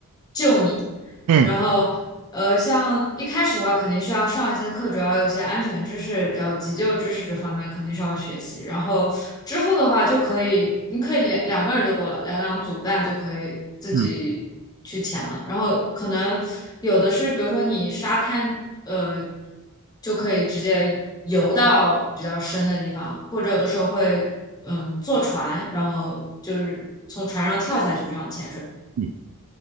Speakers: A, on the left; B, on the right.
A: 救你。
B: 嗯。
A: 然后呃，像一开始的话肯定是要上一些课，主要有一些安全知识，然后急救知识这方面肯定是要学习。然后之后的话就可以，你可以两两个人就够了，两两组伴就可以自己去潜了。
B: 嗯
A: 然后可能有的是，比如说你沙滩呃。就可以直接游到比较深的地方，或者有的时候会嗯坐船，然后就是从船上跳下去这样潜水。
B: 嗯，